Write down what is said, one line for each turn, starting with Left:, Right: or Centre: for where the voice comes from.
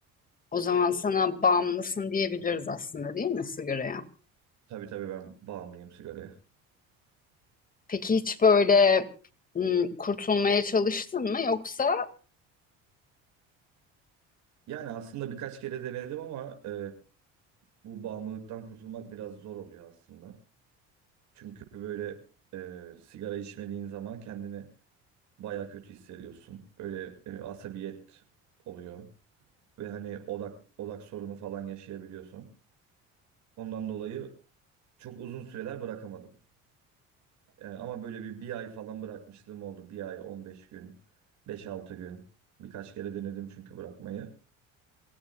Left: O zaman sana bağımlısın diyebiliriz aslında değil mi sigaraya?
Right: Tabii tabii ben bağımlıyım sigaraya.
Left: Peki hiç böyle ım, kurtulmaya çalıştın mı? Yoksa
Right: Yani aslında birkaç kere denedim ama e, bu bağımlılıktan kurtulmak biraz zor oluyor aslında. Çünkü böyle e, sigara içmediğin zaman kendini baya kötü hissediyorsun. Böyle e, asabiyet oluyor ve hani odak odak sorunu falan yaşayabiliyorsun. Ondan dolayı Çok uzun süreler bırakamadım. Ee, ama böyle bir bir ay falan bırakmışlığım oldu. Bir ay, 15 gün, beş altı gün. Birkaç kere denedim çünkü bırakmayı.